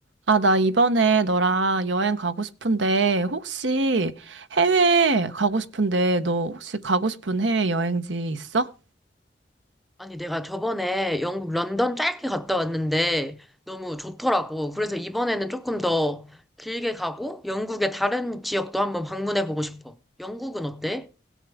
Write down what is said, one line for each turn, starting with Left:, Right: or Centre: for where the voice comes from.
Right: 아, 나 이번에 너랑 여행 가고 싶은데, 혹시 해외 가고 싶은데, 너 혹시 가고 싶은 해외 여행지 있어?
Centre: 아니, 내가 저번에 영국 런던 짧게 갔다 왔는데 너무 좋더라고. 그래서 이번에는 조금 더 길게 가고 영국의 다른 지역도 한번 방문해 보고 싶어. 영국은 어때?